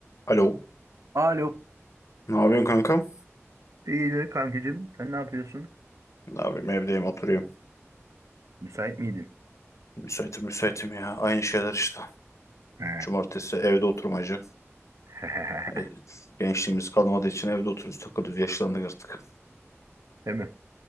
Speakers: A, on the left (about 75°); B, on the right (about 85°).
A: Alo.
B: Alo.
A: Ne yapıyorsun kankam?
B: İyidir kankacığım. Sen ne yapıyorsun?
A: Ne yapayım evdeyim oturuyorum.
B: Müsait miydin?
A: Müsaitim müsaitim ya. Aynı şeyler işte.
B: He.
A: Cumartesi evde oturmacı.
B: <laughs>
A: E, gençliğimiz kalmadığı için evde oturuyoruz takılıyoruz. Yaşlandık artık.
B: Değil mi?